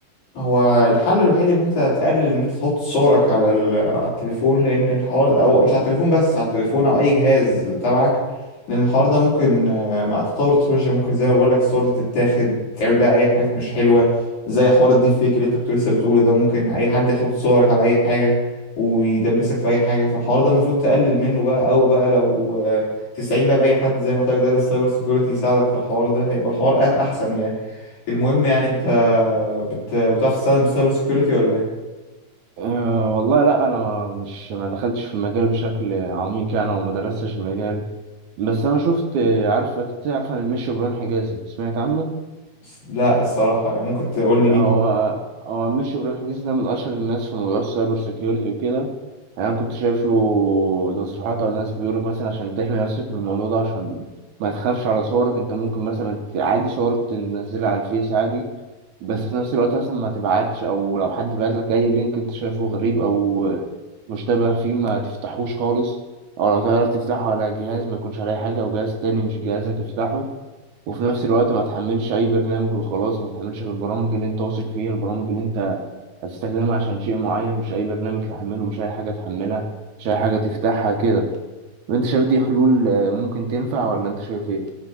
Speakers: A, on the left; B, on the right.
A: هو الحل الوحيد ان انت تقلل ان انت تحط صورك على ال- على التليفون لان الحوار او مش على التليفون بس على التليفون او اي جهاز تبعك لان الحوار ده ممكن آه، مع تطور التكنولوجيا ممكن زي ما بقول لك الصور دي تتاخد تعمل بقى اي حاجات مش حلوه زي حوار الديب فيك اللي انت كنت لسه بتقوله ده ممكن اي حد يحط صورك على اي حاجه ويدبسك في اي حاجه فالحوار ده المفروض تقلل منه بقى او بقى لو آه، تستعين بقى باي حد زي ما قلت لك ده للسايبر سيكيورتي يساعدك في الحوار ده هيبقى الحوار أح- احسن يعني المهم يعني انت بت... بتعرف تستخدم السايبر سيكيورتي ولا ايه
B: أه والله لا انا مش ما دخلتش في المجال بشكل عميق يعني او ما درستش المجال بس انا شفت آه، عارفه كنت عارفه عن المشي ابراهيم حجازي سمعت عنه
A: بس- لا الصراحة يعني ممكن تقول لي مين
B: هو
A: هو
B: هو مش إبراهيم حسين ده من أشهر الناس في موضوع السايبر سيكيورتي وكده يعني أنا كنت شايف له تصريحات على الناس بيقولك مثلا عشان تحمي نفسك من الموضوع ده عشان ما تخافش على صورك أنت ممكن مثلا ت- عادي صورك تنزلها على الفيس عادي بس في نفس الوقت مثلا ما تبعتش أو لو حد بعت لك أي لينك أنت شايفه غريب أو مشتبه فيه ما تفتحوش خالص أو لو تعرف تفتحه على جهاز ما يكونش عليه حاجة أو جهاز تاني مش جهازك افتحه وفي نفس الوقت ما تحملش اي برنامج وخلاص ما تحملش غير البرامج اللي انت واثق فيها البرامج اللي انت هتستخدمها عشان شيء معين مش اي برنامج تحمله مش اي حاجة تحملها مش اي حاجة تفتحها كده وانت شايف دي حلول آه، ممكن تنفع ولا انت شايف ايه